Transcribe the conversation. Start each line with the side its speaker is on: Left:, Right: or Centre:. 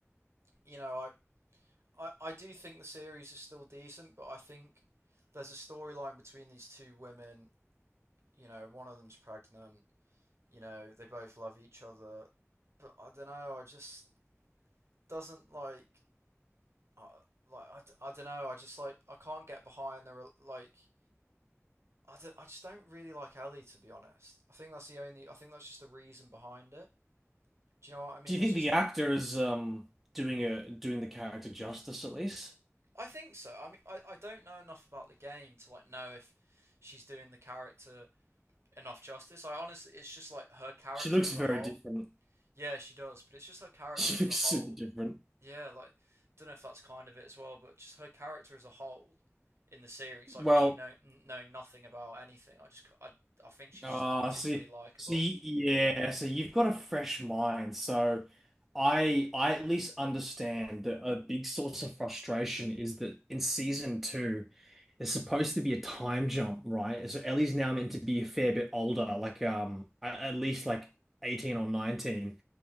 Right: you know, I, I, I do think the series is still decent, but I think there's a storyline between these two women. You know, one of them's pregnant. You know, they both love each other, but I don't know. I just doesn't like, I, like I, d- I don't know. I just like I can't get behind the re- like. I, don't, I just don't really like Ellie to be honest. I think that's the only. I think that's just the reason behind it. Do you know what I mean?
Centre: Do you
Right: Which
Centre: think
Right: is
Centre: the actor is um doing a doing the character justice at least?
Right: I think so. I mean, I, I don't know enough about the game to like know if she's doing the character enough justice. I honestly, it's just like her character
Centre: She looks
Right: as
Centre: very
Right: a whole.
Centre: different. <laughs>
Right: Yeah, she does, but it's just her character
Centre: She
Right: as
Centre: looks
Right: a whole.
Centre: super different.
Right: Yeah, like don't know if that's kind of it as well, but just her character as a whole in the series, like
Centre: Well,
Right: me know, knowing nothing about anything. I just I I think she's
Centre: Ah,
Right: just not particularly
Centre: see,
Right: likable.
Centre: see, yeah. So you've got a fresh mind. So I, I at least understand that a big source of frustration is that in season two, there's supposed to be a time jump, right? So Ellie's now meant to be a fair bit older, like um, a- at least like 18 or 19.